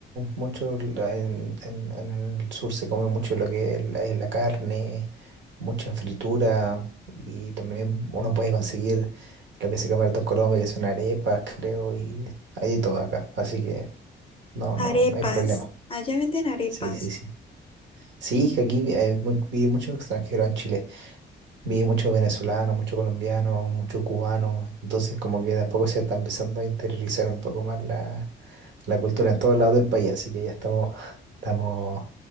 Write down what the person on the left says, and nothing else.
arepas.
Allá venden arepas.